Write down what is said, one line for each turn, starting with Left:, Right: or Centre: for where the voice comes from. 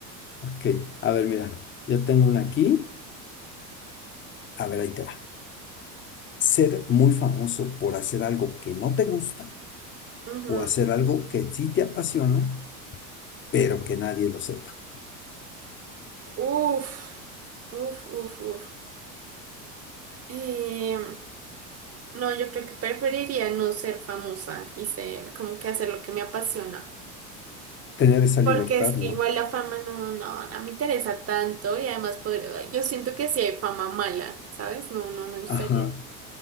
Left: Ok, a ver, mira, yo tengo una aquí, a ver, ahí te va. Ser muy famoso por hacer algo que no te gusta
Right: Ujú.
Left: o hacer algo que sí te apasiona, pero que nadie lo sepa.
Right: Uf, uf, uf, uf. Eh, no, yo creo que preferiría no ser famosa y ser como que hacer lo que me apasiona.
Left: tener esa
Right: Porque
Left: libertad,
Right: es
Left: ¿no?
Right: que igual la fama no, no, no me interesa tanto y además poder, yo siento que sí hay fama mala, ¿sabes? No, no me gustaría.
Left: Ajá,